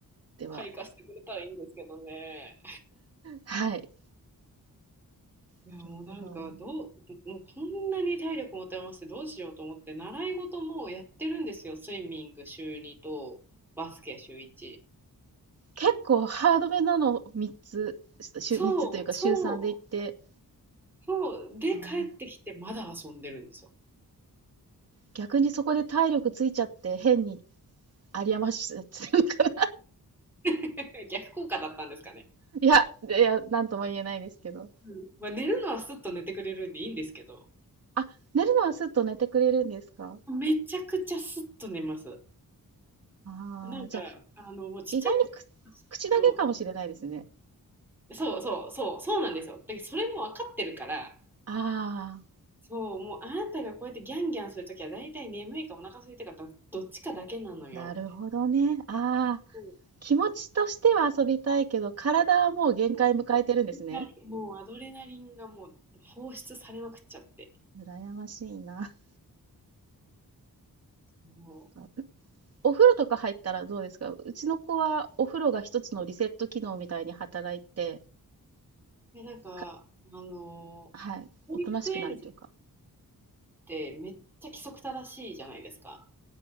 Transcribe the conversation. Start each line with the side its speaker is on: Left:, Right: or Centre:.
Right: ては。
Centre: 開花してくれたらいいんですけどね。
Right: はい。
Centre: いやもうなんかどう、
Right: なるほど。
Centre: もうこんなに体力持て余してどうしようと思って習い事もやってるんですよ。スイミング週2とバスケ週1。
Right: 結構ハードめなの3つ、週3つというか週3で行って、
Centre: そうそうそうで帰ってきてまだ遊んでるんですよ。
Right: あー逆にそこで体力ついちゃって変に有り余しちゃってるのかな。
Centre: <laughs> 逆効果だったんですかね。
Right: <laughs> いや、いや、なんとも言えないですけど。
Centre: うんまあ、寝るのはすっと寝てくれるんでいいんですけど、
Right: あ、寝るのはすっと寝てくれるんですか
Centre: めちゃくちゃすっと寝ます。
Right: ああー、
Centre: なんかあのもうちっちゃい
Right: じゃあ、意外にく、口だけかもしれないですね。
Centre: そうそうそうそうそうなんですよ。だけどそれも分かってるから。
Right: ああ、
Centre: そう、もうあなたがこうやってギャンギャンするときは大体眠いかお腹空いたかど、どっちかだけなのよって。
Right: なるほどね。ああ、
Centre: そう
Right: 気持ちとしては遊びたいけど、体はもう限界迎えてるんですね。
Centre: もうはいもうアドレナリンがもう放出されまくっちゃって。
Right: 羨ましいな。
Centre: そ
Right: <laughs> お風呂とか入ったらどうですかうちの子はお風呂が一つのリセット機能みたいに働いて、
Centre: う。で、なんか、
Right: か、
Centre: あのー
Right: はい、
Centre: 保育園児っ
Right: おとなしくなるというか。
Centre: てめっちゃ規則正しいじゃないですか。